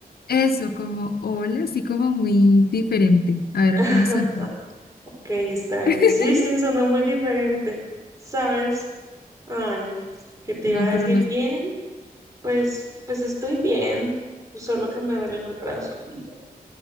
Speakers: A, on the left; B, on the right.
A: eso, como hola, así como muy diferente, a ver
B: <laughs>
A: cómo son.
B: Ok, está bien.
A: <laughs>
B: Sí, sí, sonó muy diferente, ¿sabes? Ay, ¿qué te
A: No,
B: iba a
A: pero
B: decir?
A: no,
B: Bien, pues, pues estoy bien, solo que me duelen los brazos y ya.